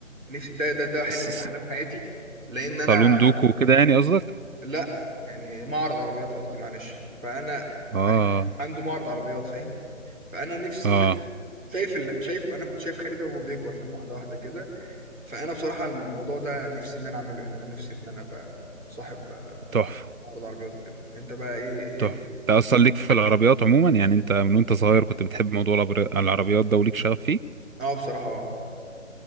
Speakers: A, in the centre; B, on the right.
A: نفسي ده ده ده حلم
B: س-
A: من
B: س-
A: احلام حياتي لان انا
B: صالون دوكو كده يعني قصدك
A: لا يعني معرض عربيات قصدي معلش فانا
B: اه
A: ع- عنده معرض عربيات فاهم فانا نفسي
B: اه
A: ان شايف ال... شايف انا كنت شايف خالد ده وهو بيكبر فاهم واحده واحده كده فأنا بصراحة الموضوع ده نِفْسي إن أنا أعمله، يعني أنا نِفْسي إن أنا أبقى صاحب آه،
B: تحفة
A: عَرْض عربيات وكده. أنت بقى إيه إيه
B: تحفة
A: ال
B: انت اصلا ليك في العربيات عموما يعني انت من وانت صغير كنت بتحب موضوع العبر- العربيات ده وليك شغف فيه
A: آه بصراحة آه.